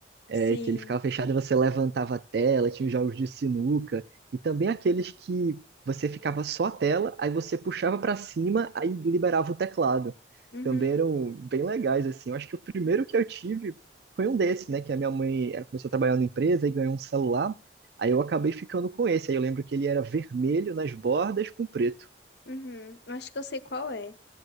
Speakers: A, on the right; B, on the left.
A: é,
B: Sim.
A: que ele ficava fechado e você levantava a tela, tinha os jogos de sinuca, e também aqueles que você ficava só a tela, aí você puxava para cima, aí liberava o teclado.
B: Uhum.
A: Também eram bem legais, assim. Eu acho que o primeiro que eu tive foi um desses, né? Que a minha mãe ela começou a trabalhar na empresa e ganhou um celular. Aí eu acabei ficando com esse. Aí eu lembro que ele era vermelho nas bordas com preto.
B: Uhum. Acho que eu sei qual é.